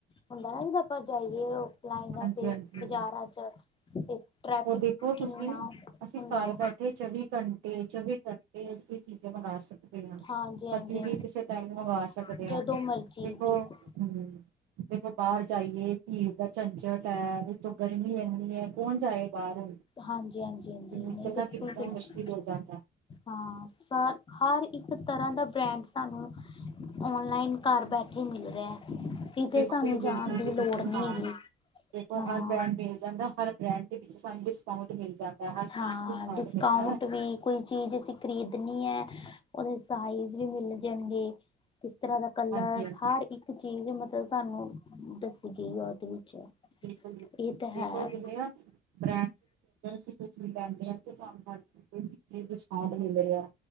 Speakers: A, on the left; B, on the right.
A: ਹੁੰਦਾ ਨਾ ਜਿਦਾ ਆਪਾਂ ਜਾਈਏ ਲ
B: ਹਾਂਜੀ
A: ਤੇ
B: ਹਾਂਜੀ
A: ਬਾਜ਼ਾਰਾਂ ਚ <unintelligible>
B: ਉਹ ਦੇਖੋ ਤੁਸੀਂ
A: ਕਿੰਨਾ
B: ਅਸੀਂ
A: ਹੁੰਦਾ
B: ਘਰ
A: ਹੈ
B: ਬੈਠੇ ਚੌਵੀ ਘੰਟੇ ਚੌਵੀ ਕਰਕੇ ਅਸੀਂ ਚੀਜ਼ਾਂ ਮੰਗਾ ਸਕਦੇ <unintelligible>
A: ਹਾਂਜੀ ਹਾਂਜੀ
B: ਪਤੀ ਵੀ ਕਿਸੇ ਟਾਈਮ ਮੰਵਾ ਸਕਦੇ
A: ਹਾਂਜੀ ਜਦੋਂ
B: ਹਾਂ ਦੇਖੋ
A: ਮਰਜ਼ੀ ਬਿਲਕੁਲ
B: ਹ <unintelligible> ਦੇਖੋ ਬਾਹਰ ਜਾਈਏ ਭੀੜ ਦਾ ਝੰਜਟ ਹੈ ਉਤੋਂ ਗਰਮੀ ਇੰਨੀ ਹੈ ਕੌਣ ਜਾਏ ਬਾਹਰੋਂ
A: ਹਾਂਜੀ ਹਾਂਜੀ ਹਾਂਜੀ
B: ਨਿਕਲਣਾ
A: ਨਹੀਂ ਬਿਲਕੁਲ
B: ਕਿੰਨਾ
A: ਬਿਲਕੁਲ
B: ਮੁਸ਼ਕਿਲ ਹੋ ਜਾਂਦਾ
A: ਹਾਂ ਹਰ ਇੱਕ ਤਰ੍ਹਾਂ ਦਾ ਬ੍ਰੈਂਡ ਸਾਨੂੰ ਓਨਲਾਈਨ ਘਰ ਬੈਠੇ ਮਿਲ ਰਿਹਾ ਕਿਤੇ
B: ਬਿਲਕੁਲ
A: ਸਾਨੂੰ
B: ਬਿਲਕੁਲ
A: ਜਾਣ ਦੀ
B: ਜੀ
A: ਲੋੜ
B: ਬਿਲਕੁਲ
A: ਨਹੀਂ
B: ਹਾਂ
A: ਹੈਗੀ
B: ਦੇਖੋ
A: ਹਾਂ
B: ਹਰ ਬ੍ਰੈਂਡ ਮਿਲ ਜਾਂਦਾ ਹਰ ਬ੍ਰੈਂਡ ਦੇ ਵਿੱਚ ਸਾਨੂੰ ਡਿਸਕਾਊਂਟ ਮਿਲਦਾ ਹਰ ਚੀਜ਼
A: ਹਾਂ
B: ਡਿਸਕਾਊਂਟ ਕਰਣਾ ਵੈਂ <unintelligible>
A: ਵੀ ਕੋਈ ਚੀਜ਼ ਅਸੀਂ ਖ਼ਰੀਦਣੀ ਹੈ ਉਹਦੇ ਸਾਈਜ਼ ਵੀ ਮਿਲ ਜਾਣਗੇ ਤਰ੍ਹਾਂ ਦਾ ਕਲਰ
B: ਹਾਂਜੀ ਹਾਂਜੀ
A: ਹਰ ਇੱਕ ਚੀਜ਼ ਮਤਲਬ ਸਾਨੂੰ ਦੱਸੀ ਗਈ ਆ ਉਹਦੇ ਵਿੱਚ
B: ਬਿਲਕੁਲ ਬਿਲਕੁਲ
A: ਇਹ ਤਾਂ ਹੈ
B: ਦੇਖੋ ਚਲਿਆ ਬ੍ਰ ਅਗਰ ਅਸੀਂ ਕੁਝ ਵੀ ਲੈਂਦੇ ਆ ਤੇ ਸਾਨੂੰ ਹਰ ਚੀਜ਼ ਦੇ ਵਿਚ ਡਿਸਕਾਊਂਟ ਮਿਲ ਰਿਹਾ।